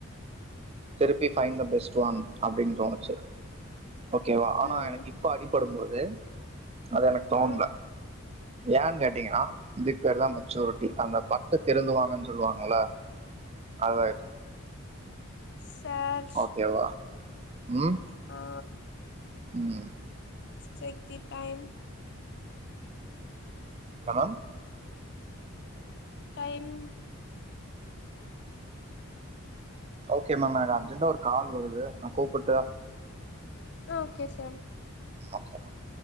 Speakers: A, on the right (about 30°); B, on the left (about 55°).
A: திருப்பி பைண்ட் த பெஸ்ட் ஒன் அப்டின்னு தோணுச்சு ஓகேவா ஆனா
B: ம்
A: எனக்கு இப்ப அடிபடும்போது அது எனக்கு தோண்ல
B: ஆ
A: ஏன்னு கேட்டீங்கன்னா இதுக்கு பேருதா மெச்சூரிட்டி அந்த பட்டு திறந்துவாங்கன்னு சொல்லுவாங்கல்ல அதா இது
B: சார்
A: ஓகேவா ம்
B: ஆ
A: ம்
B: செக்தி time
A: madam
B: time
A: okay ma'am எனக்கு அர்ஜெண்டா ஒரு கால் வருது நா கூப்டட்டா
B: ஆ ஓகே சார்
A: ஓகே மேம்